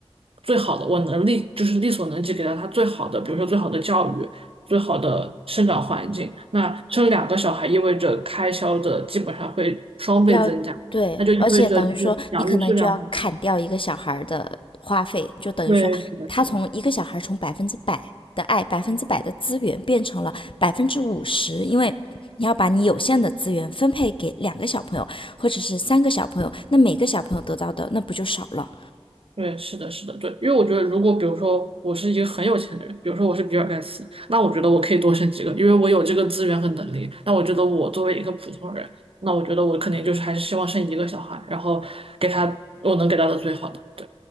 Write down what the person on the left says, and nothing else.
要对，
而且等于说你可能就要砍掉一个小孩儿的花费，就等于说他从一个小孩儿从百分之百的爱、
百分之百的资源变成了百分之五十，因为你要把你有限的资源分配给两个小朋友或者是三个小朋友，那每个小朋友得到的那不就少了？